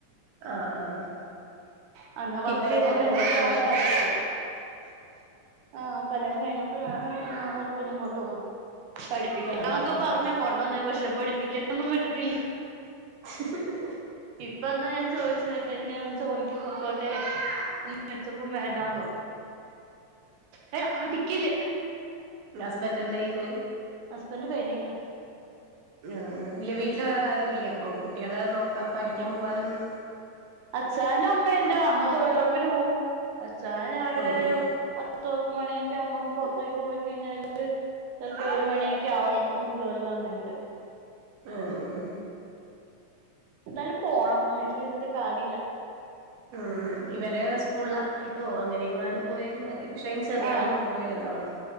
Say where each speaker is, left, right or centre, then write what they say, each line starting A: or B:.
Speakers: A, on the right; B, on the right.
A: ആഹ് ആഹ്
B: അ എന്നാ
A: പിന്നെ
B: വർക്ക് ചെയ്തോണ്ട്
A: കല്യാണം
B: ന്നപ്പഴാണ്
A: കഴിഞ്ഞേന് ശേഷം
B: കല്യാണം ആഹ് കല്യാണം കഴിഞ്ഞ ഇപ്പൊഴാണ് പിന്നെ ഇങ്ങോട്ട്ന്ന പഠിപ്പിക്ക
A: ആഹ്
B: എന്നൊക്കെ
A: ആഹ്
B: പറഞ്ഞ കൊണ്ടുവന്നേ പ ക്ഷെ പഠിപ്പിക്ക ഒന്നും വിട്ടിട്ടില്ല
A: ഹ
B: ഇപ്പ എന്നാ ഞാൻ ചോദിച്ച ച്ചോട്ടെ ഇങ്ങനെ ജോലിക്ക് ക്കും പൊക്കോട്ടെ മെച്ചപ്പും വേണ്ടാന്ന് റഞ്ഞ് അടിക്കല്
A: ഹസ്ബന്റ് എന്തേയ്ണ്
B: ഹസ്ബന്റിന് പെയ്ന്റിങ്
A: ആഹ് ഇല്ല വീട്ടില് വേറെ ആരു ഇല്ലേ അപ്പൊ കുട്ടികളെ നോക്കാൻ പഠിക്കാൻ പോവാനൊന്നും
B: അച്ചായനും നും അമ്മയുണ്ട് അമ്മ തൊഴിലുറപ്പിന് പോവും അച്ചായൻ രാവിലെ
A: ഉം
B: ഒരു
A: ഉം
B: പത്ത് മണിയൊക്കെ ആകുമ്പം പുറത്തേക്ക് പോയിക്കഴിഞ്ഞാല് ഒരു മണിയൊക്കെ ആകും ഒന്ന് കേറി വരുവാന്നെങ്കില്
A: ആഹ് ആഹ്
B: എന്താലും പോണം മീട്ടില്ഇരുന്നിട്ട് കാര്യഇല്ല
A: അഅ ഇവരെ സ്കൂളിലാക്കിയിട്ടോ അങ്ങനെ യെങ്ങാനും
B: ഉം
A: പോയാലും മതിക്ഷെ അതിന് ചെറിയാനന്നും
B: ആ
A: കൂടെ വല് താവണം